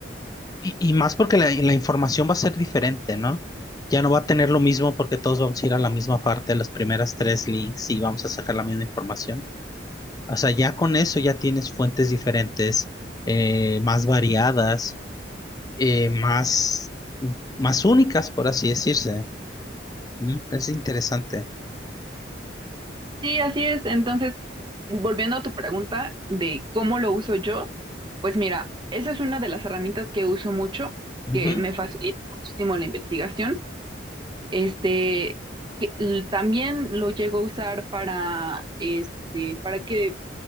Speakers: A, on the left; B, on the right.
A: Y, y más porque la, la información va a ser diferente, ¿no? Ya no va a tener lo mismo porque todos vamos a ir a la misma parte, las primeras tres links y vamos a sacar la misma información. O sea, ya con eso ya tienes fuentes diferentes, eh, más variadas, eh, más, más únicas, por así decirse. Mm, Es interesante.
B: Sí, así es. Entonces, volviendo a tu pregunta de cómo lo uso yo, pues mira, esa es una de las herramientas que uso mucho,
A: Ujú,
B: que me facilita muchísimo la investigación Este, que l- también lo llego a usar para, este, para que,